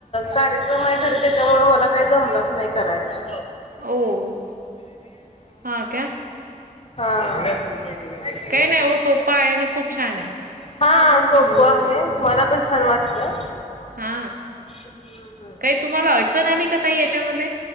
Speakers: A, on the left (about 45°); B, on the right (about 85°).
A: कार्यक्रम आहे घरी. त्याच्यामुळ मला काही जमलंच नाही करायला.
B: ओ हा क्या
A: हा हा
B: काही नाही सोपा आहे आणि खूप छान आहे <inaudible>
A: हा सोपं आहे मला पण छान वाटलं.
B: हा
A: हम्म, हम्म.
B: काही तुम्हाला अडचण आली का ताई याच्यामध्ये